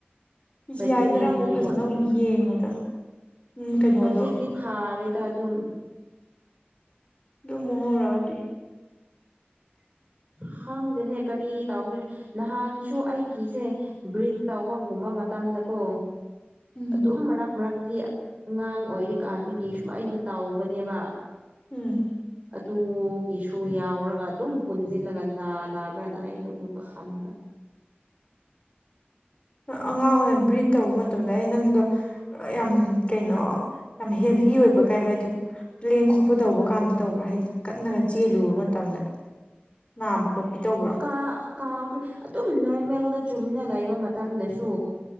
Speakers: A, on the left (about 30°); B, on the right (about 30°).
A: ꯖꯤ
B: ꯕꯥꯇꯃꯦꯟꯗꯤꯗꯤꯠ
A: ꯑꯥꯏꯗꯔ ꯑꯃꯨꯛ ꯐꯖꯅ ꯑꯃꯨꯛ
B: ꯂꯩ
A: ꯌꯦꯡꯉꯨꯗꯅ ꯎꯝ ꯀꯩꯅꯣꯗꯣ
B: ꯍꯧꯖꯤꯛꯇꯤ ꯐꯥꯔꯦꯗ ꯑꯗꯨꯝ
A: ꯑꯗꯨ ꯃꯣꯍꯣꯔꯥꯎꯗꯤ <unintelligible> <inaudible>
B: ꯈꯪꯗꯦꯅꯦ ꯀꯔꯤ ꯇꯧꯕꯔꯦ ꯅꯍꯥꯟꯁꯨ ꯑꯩꯒꯤꯁꯦ ꯕ꯭ꯔꯤꯠ ꯇꯧꯕꯒꯨꯝꯕ ꯃꯇꯝ ꯀꯣ
A: ꯎꯝ
B: ꯑꯗꯨꯝ ꯃꯔꯛ ꯃꯔꯛꯇꯗꯤ ꯑꯉꯥꯡ ꯑꯣꯏꯔꯤꯀꯥꯟꯗꯒꯤ ꯁꯨꯃꯥꯏꯅꯗꯤ ꯇꯥꯎꯕꯅꯦꯕ
A: ꯎꯝ
B: ꯑꯗꯨꯒꯤꯁꯨ ꯌꯥꯎꯔꯒ ꯑꯗꯨꯝ ꯄꯨꯟꯁꯤꯜꯂꯒ ꯅꯥ ꯅꯥꯕ꯭ꯔꯥꯅ ꯑꯩꯗ ꯃꯨꯀ ꯈꯟꯗ
A: ꯎ <unintelligible> <inaudible> ꯑꯉꯥꯡ ꯑꯣꯏꯔꯤꯉ ꯕ꯭ꯔꯤꯠ ꯇꯧꯕ ꯃꯇꯝꯗ ꯑꯩ ꯅꯪꯗꯣ ꯌꯥꯝ ꯀꯩꯅꯣ ꯌꯥꯝ ꯍꯦꯚ ꯑꯣꯏꯕ ꯀꯩ ꯍꯥꯏꯗꯨꯗꯣ ꯂꯦꯡ ꯈꯣꯠꯄ ꯇꯧꯕ ꯀꯥꯟꯗ ꯇꯧꯕ꯭ꯔꯥ ꯍꯥꯏꯗꯤ ꯀꯟꯅꯒ ꯆꯦꯜꯂꯨꯕ ꯃꯇꯝꯗ <unintelligible> <inaudible> ꯈꯣꯠꯄꯤ ꯇꯧꯕ꯭ꯔꯣ
B: ꯀꯥ ꯀꯥꯎꯈ꯭ꯔ ꯑꯗꯨꯝ ꯅꯣꯔꯃꯦꯜꯗ ꯆꯨꯝꯅ ꯂꯩꯕ ꯃꯇꯝꯗꯁꯨ